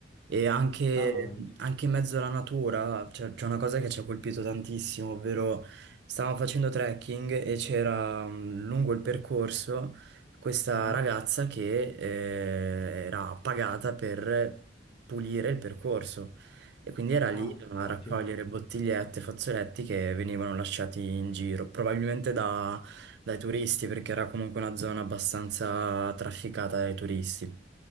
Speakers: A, on the right (about 65°); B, on the left (about 30°).
A: E anche,
B: No, ehm,
A: anche in mezzo alla natura c'è c'è una cosa che ci ha colpito tantissimo, ovvero stavamo facendo trekking e c'era mh, lungo il percorso questa
B: mhm.
A: ragazza che eh, era pagata per pulire il percorso e quindi era
B: Ah,
A: lì a
B: ottimo.
A: raccogliere bottigliette, fazzoletti che venivano lasciati in giro, probabilmente da- dai turisti perché era comunque una zona abbastanza trafficata dai turisti,